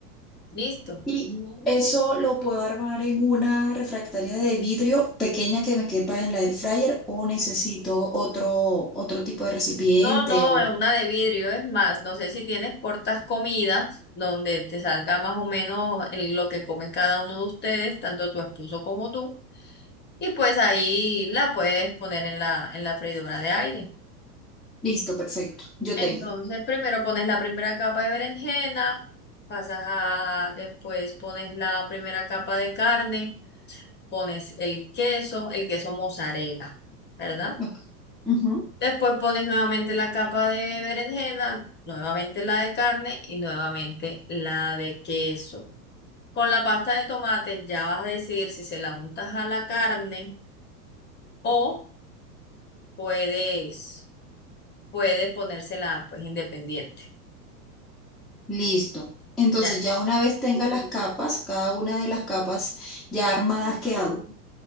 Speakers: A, on the left; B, in the centre.
A: ¿Listo?
B: Y eso lo puedo armar en una refractaria de vidrio pequeña que me quepa en la air fryer o necesito otro, otro tipo de recipiente
A: No, no,
B: o...
A: es una de vidrio, es más, no sé si tienes portas comidas donde te salga más o menos el- lo que come cada uno de ustedes, tanto tu esposo como tú, y pues ahí la puedes poner en la, en la freidora de aire.
B: Listo, perfecto. Yo
A: Entonces,
B: tengo.
A: primero pones la primera capa de berenjena, pasas a, después pones la primera capa de carne, pones el queso, el queso mozzarella, ¿verdad?
B: Ok. Ujú.
A: Después pones nuevamente la capa de berenjena, nuevamente la de carne y nuevamente la de queso. Con la pasta de tomate ya vas a decidir si se la untas a la carne o puedes, puedes ponérsela pues independiente.
B: Listo. Entonces
A: Ya.
B: ya una vez tenga las capas, cada una de las capas ya armadas, ¿qué hago?